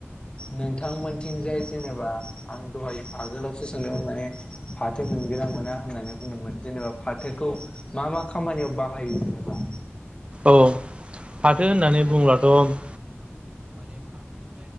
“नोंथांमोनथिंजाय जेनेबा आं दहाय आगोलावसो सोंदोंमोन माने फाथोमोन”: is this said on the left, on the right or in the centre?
Left